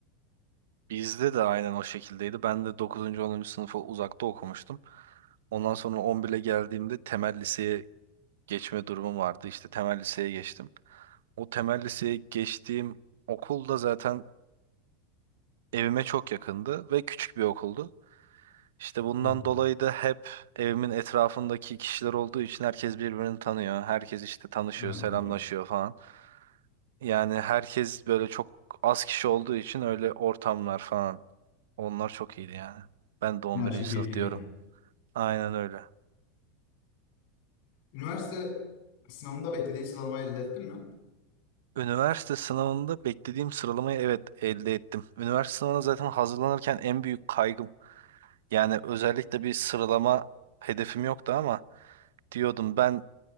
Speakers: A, on the right; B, on the left.
A: Bizde de aynen o şekildeydi. Ben de dokuzuncu onuncu sınıfı uzakta okumuştum. Ondan sonra 11'e geldiğimde temel liseye geçme durumum vardı. İşte temel liseye geçtim. O temel liseye geçtiğim okulda zaten Evime çok yakındı ve küçük bir okuldu. İşte bundan
B: Aynen.
A: dolayı da hep evimin etrafındaki kişiler olduğu için herkes birbirini tanıyor. Herkes işte tanışıyor,
B: Evet
A: selamlaşıyor
B: doğru.
A: falan. Yani herkes böyle çok az kişi olduğu için öyle ortamlar falan. Onlar çok iyiydi yani. Ben de on
B: Ne her
A: birinci
B: şey keyifliydi
A: sınıf diyorum.
B: yani.
A: Aynen öyle.
B: Üniversite sınavında beklediğin sıralamayı elde ettin mi?
A: Üniversite sınavında beklediğim sıralamayı evet elde ettim. Üniversite sınavına zaten hazırlanırken en büyük kaygım. Yani özellikle bir sıralama hedefim yoktu ama diyordum ben